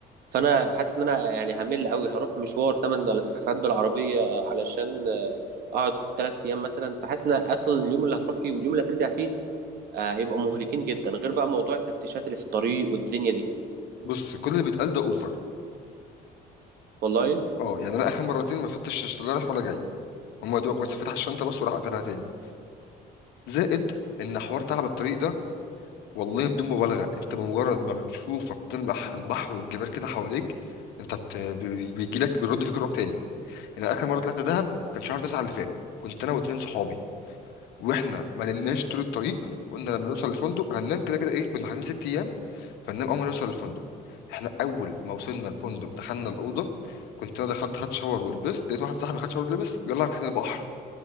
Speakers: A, on the right; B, on the left.
A: فانا حاسس ان انا يعني همل قوي هروح مشوار 8 ولا 9 ساعات بالعربيه علشان آه، اقعد 3 ايام مثلا فحاسس ان اصلا اليوم اللي هتروح فيه واليوم اللي هترجع فيه آه، هيبقى مهلكين جدا غير بقى موضوع التفتيشات اللي في الطريق والدنيا دي
B: بص كل اللي بيتقال ده اوفر
A: والله
B: اه يعني انا اخر مرتين ما فتشتش لا رايح ولا جاي هما يا دوبك بس فتح الشنطه بس وراح قافلها تاني زائد ان حوار تعب الطريق ده والله بدون مبالغة انت بمجرد ما بتشوف بتلمح البحر والجبال كده حواليك انت بت... بي- بيجيلك بيرد فيك الروح تاني انا اخر مرة طلعت دهب كان شهر تسعة اللي فات كنت انا واتنين صحابي واحنا ما نمناش طول الطريق قلنا لما نوصل الفندق هننام كده كده ايه كنا حاجزين ست ايام فننام اول ما نوصل الفندق احنا اول ما وصلنا الفندق دخلنا الاوضة كنت انا دخلت خدت شاور ولبست لقيت واحد صاحبي خد شاور ولبس يلا احنا البحر